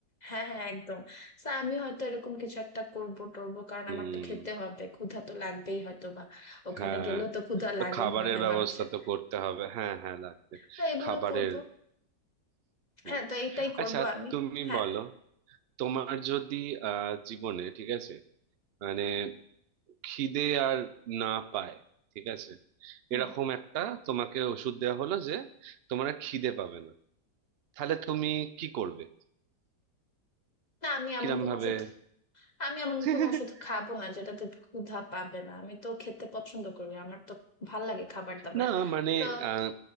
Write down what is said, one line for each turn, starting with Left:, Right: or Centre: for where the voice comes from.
Left: হ্যাঁ হ্যাঁ একদম So, আমি হয়তো এরকম কিছু একটা করবো টরবো কারণ
Right: হুম
Left: আমার তো খেতে হবে ক্ষুধা তো লাগবেই হয়তো বা ওখানে
Right: হ্যাঁ
Left: গেলেও তো ক্ষুধা
Right: তো
Left: লাগে
Right: খাবারের
Left: মনে হয়
Right: ব্যবস্থা
Left: মানুষের
Right: তো করতে হবে হ্যাঁ হ্যাঁ লাগবে
Left: তো এগুলো
Right: খাবারের
Left: করবো
Right: হুম।
Left: হ্যাঁ তো এইটাই করবো
Right: আচ্ছা
Left: আমি
Right: তুমি
Left: হ্যাঁ
Right: বলো তোমার যদি আহ জীবনে ঠিক আছে মানে খিদে আর না পায় ঠিক আছে
Left: হুম
Right: এরকম একটা তোমাকে ওষুধ দেওয়া হলো যে তোমার আর খিদে পাবে না তাহলে তুমি কি করবে
Left: না আমি এমন
Right: কিরম
Left: কোনো
Right: ভাবে
Left: ওষুধ আমি এমন
Right: <laughs>
Left: কোনো ওষুধ খাবো না যেটাতে ক্ষুধা পাবে না আমি তো খেতে পছন্দ করি আমার তো ভাল লাগে খাবার দাবার
Right: না মানে
Left: তো
Right: আহ,